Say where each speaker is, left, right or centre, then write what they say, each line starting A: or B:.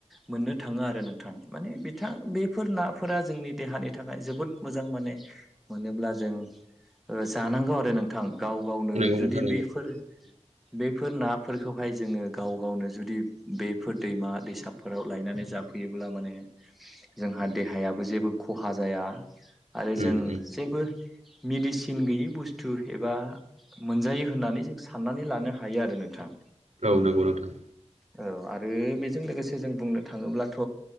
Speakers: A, in the centre; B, on the right (about 75°).
A: मोननो थाङो आरो नोंथां माने बिथां बेफोर नाफोरा जोंनि देहानि थाखाय जोबोद मोजां माने मोनोब्ला जों जानांगौ आरो नोंथां। गाव गावनो
B: नंगौ
A: जुदि
B: नोंथां नंगौ
A: बेफोर
B: <inaudible>
A: बेफोर नाफोरखौहाय जोङो गाव गावनो जुदि बेफोर दैमा दैसाफोराव लायनानै जाब फैयोब्ला माने जोंहा देहायाबो जेबो खहा जाया। आरो
B: उम
A: जों
B: उम
A: जेबो मेडिसिन गैयि बुस्थु एबा मोनजायो होननानै जों साननानै लानो हायो आरो नोंथां।
B: औ नोंगौ नोंथां।
A: औ आरो बेजों लोगोसे जों बुंनो थाङोब्लाथ'